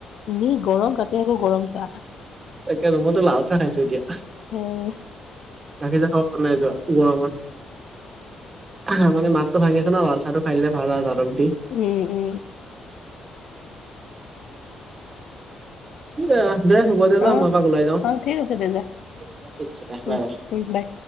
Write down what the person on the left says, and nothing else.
এনেই গৰম তাতে আকৌ গৰম চাহ।
উম
উম, উম।
অ
অ ঠিক আছে দে যা
উম
উম বাই।